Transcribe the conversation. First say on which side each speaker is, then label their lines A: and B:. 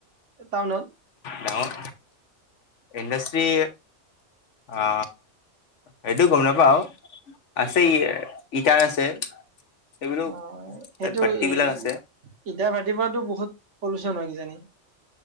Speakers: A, on the right; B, on the left.
A: টাউনত?
B: ডাঙৰ ইণ্ডষ্ট্ৰি অ সেইটো গম নাপাওঁ আছে ই-ইটাৰ আছে। সেইবিলাক
A: অ সেইটো
B: তাত ভাৰ্টিবিলাক
A: ই
B: আছে।
A: ইটা ভাটিৰ পৰাতো বহুত পলুচন হয় কিজানি?